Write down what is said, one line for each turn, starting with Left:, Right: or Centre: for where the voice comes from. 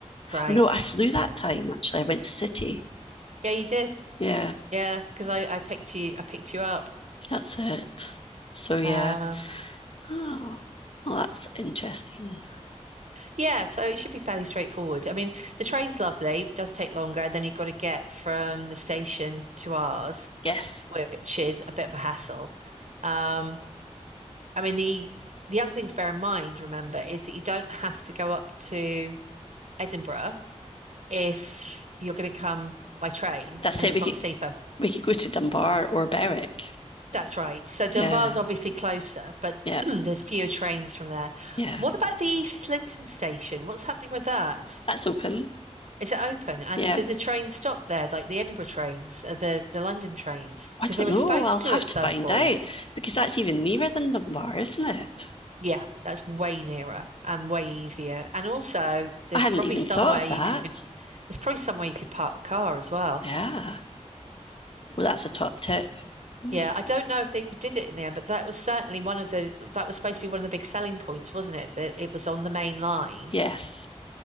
Right: Right.
Left: Oh no, I flew that time actually. I went to City.
Right: Yeah, you did.
Left: Yeah.
Right: Yeah, because I, I picked you I picked you up.
Left: That's it. So yeah.
Right: Um,
Left: Oh, well, that's interesting.
Right: yeah, so it should be fairly straightforward. I mean, the train's lovely, does take longer, and then you've got to get from the station to ours,
Left: Yes,
Right: which is a bit of a hassle. Um, I mean, the the other thing to bear in mind, remember, is that you don't have to go up to Edinburgh if you're going to come by train
Left: that's
Right: and
Left: it.
Right: it's
Left: We
Right: not
Left: could
Right: cheaper,
Left: we could go to Dunbar or Berwick.
Right: That's right. So Dunbar's
Left: Yeah,
Right: obviously closer, but
Left: yeah,
Right: <clears throat> there's fewer trains from there.
Left: yeah.
Right: What about the East Linton station? What's happening with that?
Left: That's open.
Right: Is it open? And
Left: Yeah.
Right: do the trains stop there, like the Edinburgh trains, uh, the the London trains?
Left: I
Right: Because
Left: don't
Right: they were
Left: know.
Right: supposed
Left: I'll
Right: to at
Left: have to
Right: some
Left: find
Right: point.
Left: out because that's even nearer than Dunbar, isn't it?
Right: Yeah, that's way nearer and way easier. And also, there's
Left: I hadn't
Right: probably
Left: even
Right: somewhere
Left: thought of
Right: you
Left: that.
Right: could there's probably somewhere you could park the car as well.
Left: Yeah. Well, that's a top tip. Hmm.
Right: Yeah, I don't know if they did it in the end, but that was certainly one of the that was supposed to be one of the big selling points, wasn't it? That it was on the main line.
Left: Yes.